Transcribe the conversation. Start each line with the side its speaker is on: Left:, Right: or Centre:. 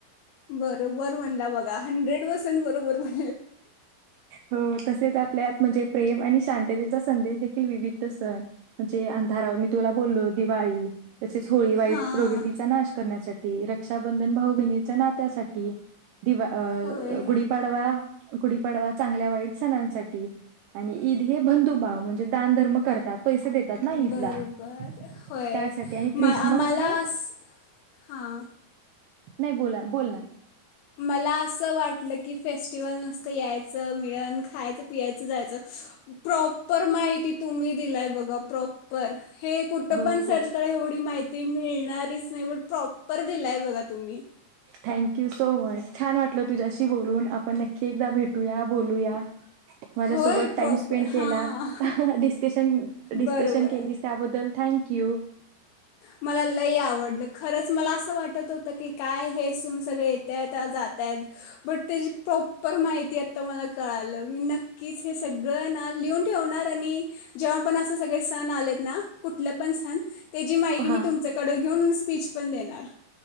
Left: बरोबर म्हणला, बघा हंड्रेड पर्सेंट बरोबर म्हण
Right: हो तसेच, आपल्यात म्हणजे प्रेम आणि शांततेचा संदेश देखील विविध सण म्हणजे अंधारावर मी तुला बोल्लो दिवाळी तसेच होळी वाईट
Left: हां
Right: प्रवृतीचा नाश करण्यासा ते रक्षाबंधन भाऊ बहिणीच्या नात्यासाठी. दिवा अ
Left: होय
Right: अ गुडीपाडवा गुढीपाडवा चांगल्या वाईट सणांसाठी आणि ईद हे बंधुभव म्हणजे दानधर्म करतात. पैसे देतात ना ईदला
Left: बरोबर.
Right: त्यासाठी
Left: होय
Right: आणि ख्रिसमस
Left: म आम्हाला
Right: हे
Left: अस, हां.
Right: नाही बोला, बोल ना
Left: मला असं वाटलं की, फेस्टिवल नुसतं, यायचं मिळणं, खायचं, प्यायचं, जायचं, प्रॉपर माहिती तुम्ही दिलाय बघा प्रॉपर. हे कुठपण
Right: हो खूप
Left: सर्च करा एवढी माहि ती मिळणारच नाई पण प्रॉपर दिलाय बघा तुम्ही.
Right: Thank you so much. छान वाटलं, तुझ्याशी बोलून आपण नक्की एकदा भेटूया बोलूया. माझ्यासोबत
Left: होय
Right: टाइम
Left: प्रॉपर
Right: स्पेंड
Left: हां
Right: केला डिस्कशन, डिस्कशन
Left: बरोबर आहे
Right: केलीस त्याबद्दल थँक यू.
Left: मला लय आवडलं खरच मला असं वाट टत होत की, काय हे सन सगळे येत्यात जात्यात बट त्याची प्रॉपर माहिती आता मला कळालं, मी नक्कीच हे सगळं ना लिहून ठेवणार आणि जेव्हा पण अस सगळे सण आलेत ना कुठलं पण सण त्याची मा मी
Right: हां
Left: तुमच्याकडे घेऊन स्पीच पण देणार.